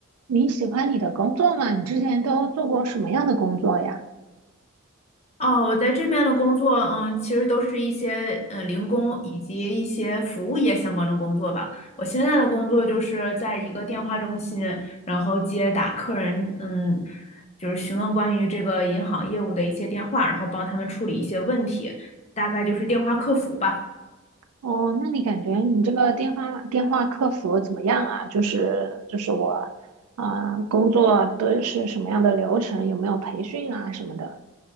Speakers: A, on the right (about 85°); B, on the left (about 30°).
A: 你喜欢你的工作吗？你之前都做过什么样的工作呀？
B: 哦，我在这边的工作，嗯，其实都是一些嗯零工以及一些服务业相关的工作吧。我现在的工作就是在一个电话中心，然后接打客人，嗯，就是询问关于这个银行业务的一些电话，然后帮他们处理一些问题，大概就是电话客服吧。
A: 哦，那你感觉你这个电话电话客服怎么样啊？就是就是我，啊、工作都是什么样的流程？有没有培训啊什么的？